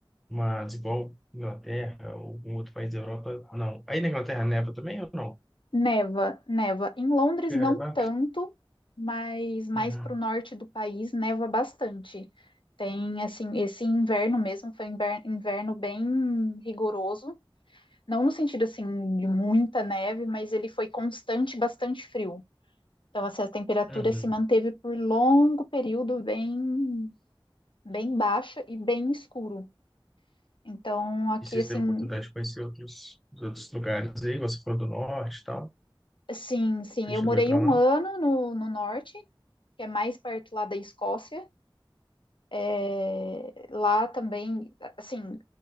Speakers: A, in the centre; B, on the left.
A: mas igual Inglaterra ou algum outro país da Europa, não. Aí na Inglaterra neva também ou não?
B: Neva, neva. Em Londres
A: Chega
B: não
A: a nevar?
B: tanto, mas mais
A: Uhum.
B: para o norte do país neva bastante. Tem assim, esse inverno mesmo foi um inver- inverno bem rigoroso. não no sentido assim de muita neve, mas ele foi constante, bastante frio. Então, assim, a temperatura
A: Uhum.
B: se manteve por longo período bem, bem baixa e bem escuro. Então, aqui,
A: E vocês
B: assim,
A: teve a oportunidade de conhecer outros, outros lugares aí? Você falou do norte e tal?
B: sim, sim,
A: Você chegou
B: eu morei
A: aí pra
B: um
A: lá?
B: ano no, no norte, que é mais perto lá da Escócia. É, lá também, assim,